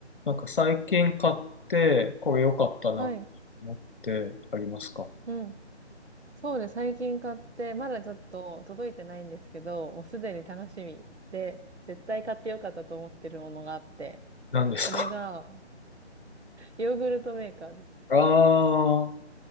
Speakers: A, on the left (about 50°); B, on the right (about 70°).
A: なんか最近買って、これ良かったなと思ってありますか
B: はい。うん。そうです。最近買って、まだちょっと届いてないんですけど、もうすでに楽しみで、絶対買ってよかったと思ってるものがあって、
A: 何ですか
B: それが、ヨーグルトメーカーです。
A: <laughs> ああ、は